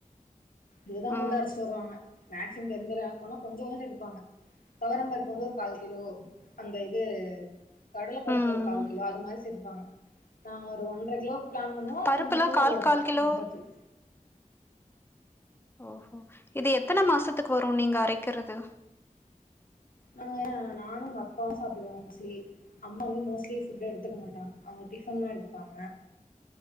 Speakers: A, on the left (about 85°); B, on the left (about 15°).
A: இதுதா
B: ம்
A: போட்டு அரச்சிட்டு வருவாங்க மேக்சிமம் தெரிஞ்சத ஆட் பண்ணுவோ கொஞ்சோ கொஞ்சோ எடுப்பாங்க தொவரம்பருப்பு வந்து ஒரு கால் கிலோ அந்த இது கடல பருப்பு
B: ம்
A: ஒரு கால் கிலோ அது மாரி சேத்துப்பாங்க நாங்க ஒரு ஒன்ற கிலோக்கு பிளான் பண்ணுவோ
B: பருப்புலா
A: கொஞ்சோ கூட
B: கால்
A: வரும்பா
B: கால் கிலோ
A: மொளகாத்தூள்
B: ஓஹோ இது எத்தன மாசத்துக்கு வரு நீங்க அரைக்கிறது
A: ஆ நானு எங்க அப்பாவு சாப்டுவோ மோஸ்ட்லி அம்மா வந்து மோஸ்ட்லி ஃபுட் எடுத்துக்க மாட்டாங்க அவங்க டிஃபன்தா எடுத்துப்பாங்க